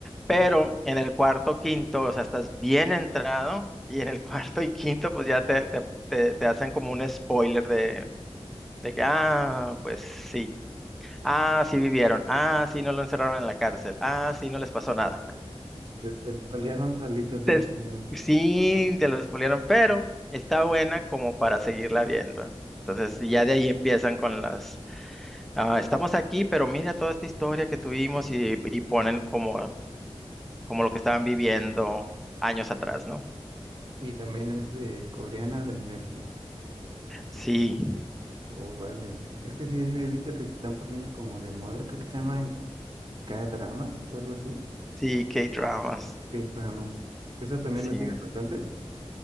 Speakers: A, in the centre; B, on the right.
A: pero
B: ajá.
A: en el cuarto, quinto, o sea, estás bien entrado y en el <laughs> cuarto y quinto, pues ya te, te, te, te hacen como un spoiler de, de que, ah, pues sí, ah, sí vivieron, ah, sí no lo encerraron en la cárcel, ah, sí no les pasó nada.
B: Se se espolearon salitas
A: Te-
B: ellas
A: es-
B: mismas.
A: sí, te lo spoilearon, pero está buena como para seguirla viendo. Entonces,
B: Ok.
A: y ya de ahí empiezan con las, ah, estamos aquí, pero mira toda esta historia que tuvimos y, y ponen como, como lo que estaban viviendo años atrás, ¿no?
B: Y también es de coreana de Netflix.
A: Sí,
B: Oh, vale. Es que sí, sí he visto que se están poniendo como de moda, creo que se llaman K-dramas o algo así.
A: sí, K-dramas.
B: K-dramas. ¿Eso también
A: Sí.
B: lo sigues bastante?